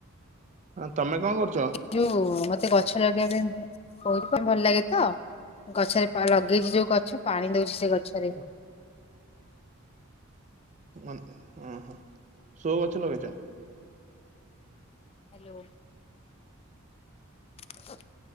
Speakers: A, on the right; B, on the left.
A: ହ ତମେ କଣ କରୁଛ?
B: ଯଉ ମତେ ଗଛ ଲଗେଇବା ପାଇଁ କର ପାଇଁ ଭଲ ଲାଗେ ତ ଗଛରେ ଲଗେଇଛି ଯୋଉ ଗଛ ପାଣି ଦଉଛି ସେ ଗଛରେ।
A: ଓହୋ ଅ ହଁ ସବୁ ଗଛ ଲଗେଇଛ।
B: ହାଲୋ। <unintelligible>